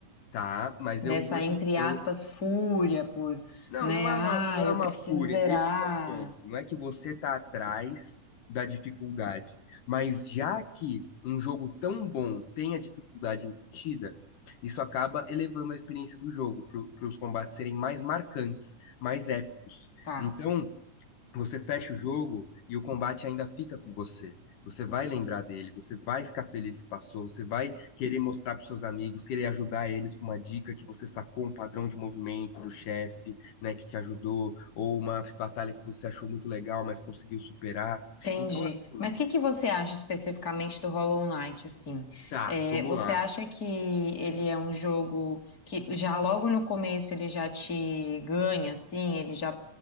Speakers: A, on the left; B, on the left.
A: Tá, mas
B: nessa
A: eu vou te,
B: entre
A: eu,
B: aspas fúria por,
A: Não,
B: né?
A: não é
B: Ah,
A: uma, não
B: eu
A: é uma
B: preciso
A: fúria.
B: zerar,
A: Esse que é o ponto. Não é que você tá atrás da dificuldade, mas já que um jogo tão bom tem a dificuldade embutida, isso acaba elevando a experiência do jogo para os combates serem mais marcantes, mais épicos.
B: tá?
A: Então, você fecha o jogo e o combate ainda fica com você. Você vai lembrar dele, você vai ficar feliz que passou, você vai querer mostrar para seus amigos, querer ajudar eles com uma dica que você sacou um padrão de movimento do chefe, né, que te ajudou, ou uma batalha que você achou muito legal, mas conseguiu superar.
B: Entendi.
A: Então, assim,
B: Mas o que que você acha especificamente do Hollow Knight, assim?
A: tá,
B: É,
A: vamos
B: você
A: lá.
B: acha que ele é um jogo que já logo no começo ele já te ganha, assim? Ele já,